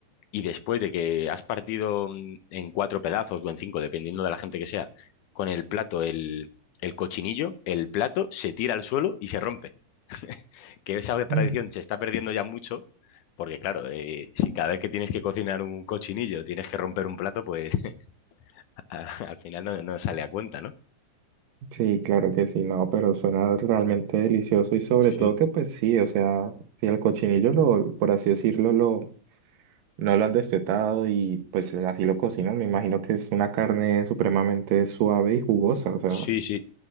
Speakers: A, on the left (about 75°); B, on the right (about 80°).
A: y después de que has partido mm, en cuatro pedazos o en cinco, dependiendo de la gente que sea, con el plato, el, el cochinillo, el plato se tira al suelo y se rompe. Que esa tradición
B: Mm,
A: se está perdiendo ya mucho, porque claro, eh, si cada vez que tienes que cocinar un cochinillo tienes que romper un plato, pues <laughs> a- al final no, no sale a cuenta, ¿no?
B: sí, claro que sí, no, pero suena realmente delicioso y sobre todo
A: Sí,
B: que pues sí, o sea, si el cochinillo lo, por así decirlo, lo, no lo han destetado y pues así lo cocinan, me imagino que es una carne supremamente suave y jugosa, o sea.
A: sí, sí.